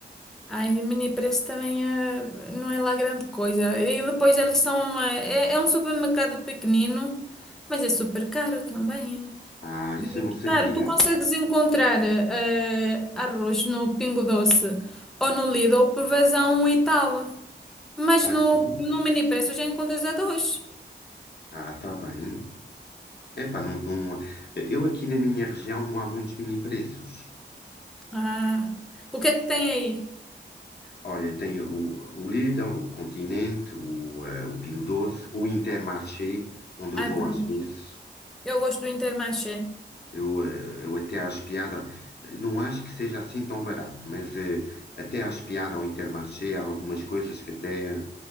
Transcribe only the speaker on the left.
Hum.
Ah, isso eu não sabia.
Ah,
sim?
Ah, está bem. Epá, não, não, eu aqui na minha região não há muitos mini preços.
Olha, tem o, o Lidl, o Continente, o, eh, o Pingo Doce, o Intermarché, onde eu
vou
às vezes.
Eu, eh, eu até acho piada, eh, não acho que seja assim tão barato, mas eh, até acho piada ao Intermarché, há algumas coisas que até eh,